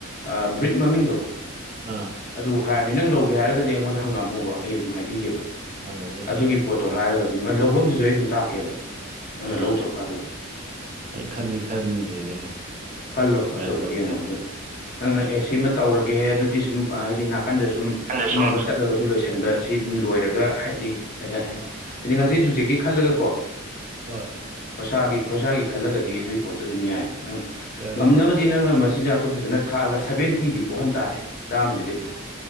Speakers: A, on the left; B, on the right.
A: ꯑꯥ ꯕ꯭ꯔꯤꯠ ꯃꯃꯤꯡꯗꯣ
B: ꯑꯥ
A: ꯑꯗꯨ ꯍꯥꯏꯔꯅꯤ ꯅꯪ ꯂꯧꯒꯦ ꯍꯥꯏꯔꯒꯗꯤ ꯑꯩꯉꯣꯟꯗ ꯍꯪꯉꯛꯑꯝꯃꯣꯕ ꯑꯩ ꯑꯗꯨꯝ ꯍꯥꯏꯕꯤꯒꯦꯕ
B: ꯍꯪꯉꯝꯒꯦ ꯍꯪꯉꯝꯒꯦ
A: ꯑꯗꯨꯒꯤ ꯄꯣꯠ ꯇꯣ ꯍꯥꯏꯔꯒ ꯑꯗꯨꯝ ꯑꯩ ꯂꯧꯕꯝꯗꯨꯖꯨ ꯑꯩ ꯑꯗꯨꯝ ꯇꯥꯛꯀꯦꯕ ꯅꯪꯅ
B: ꯑꯥ
A: ꯂꯧꯗꯣꯔꯀꯥꯟꯗ ꯑꯗꯨꯝ
B: ꯑꯩ ꯈꯟꯗꯤ ꯈꯟꯗ꯭ꯔꯤꯅꯦ ꯁꯨꯝ
A: ꯈꯜꯂꯣ
B: ꯈꯔ
A: ꯑꯗꯣ
B: ꯇꯧꯁꯤꯔ
A: ꯌꯦꯡꯉꯣ ꯑꯗꯣ ꯅꯪꯅ ꯑꯦ ꯁꯤ ꯑꯃ ꯇꯧꯔꯒꯦꯍꯦ ꯑꯗꯨꯗꯤ ꯁꯨꯝ ꯍꯥꯏꯗꯤ ꯅꯥꯀꯟꯗ ꯁꯨꯝ
B: ꯑꯗ
A: ꯑꯃ
B: ꯁꯨꯝ
A: ꯑꯃ ꯆꯠꯂꯒꯁꯨ ꯂꯣꯏꯁꯟꯕ ꯁꯤ ꯑꯗꯨꯝ ꯂꯣꯏꯔꯒ ꯍꯥꯏꯗꯤ ꯍꯥꯏ ꯍꯥꯏꯗꯤ ꯉꯆꯦꯠ ꯌꯨꯆꯦꯠꯀꯤ ꯈꯜꯂꯒ ꯀꯣ
B: ꯍꯣꯏ
A: ꯈꯣꯔꯁꯥꯒꯤ ꯈꯣꯔꯁꯥꯒꯤ ꯈꯜꯂꯒꯗꯤ ꯑꯗꯨꯒꯤ ꯄꯣꯠꯇꯨ ꯑꯗꯨꯝ ꯌꯥꯏ ꯅꯪ
B: ꯈꯔ ꯑꯗꯨꯝ
A: ꯉꯝꯅꯕꯗꯤ
B: ꯇꯧꯕ ꯌꯥꯏ
A: ꯅꯪꯅ ꯃꯆꯤꯟꯖꯥꯛꯇꯣ ꯐꯖꯅ ꯊꯥꯛꯑꯒ ꯁꯕꯦꯟꯇꯤꯗꯤ ꯀꯣꯛꯍꯟ ꯇꯥꯔꯦ ꯆꯥꯝꯃꯖꯤꯗꯒꯤ